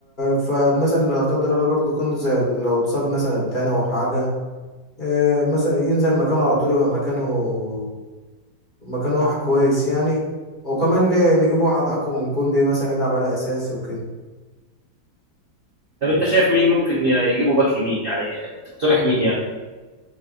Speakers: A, on the left; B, on the right.
A: فمثلا لا قدر الله برضو كنت زي لو اتصاب مثلا تاني او حاجه آه، مثلا ينزل مكانه على طول يبقى مكانه مكانه واحد كويس يعني وكمان ليه نجيب واحد اقوى من كوندي مثلا يلعب على اساسي وكده
B: طب انت شايف مين ممكن ي- يجيبوا باك يمين يعني تقترح مين يعني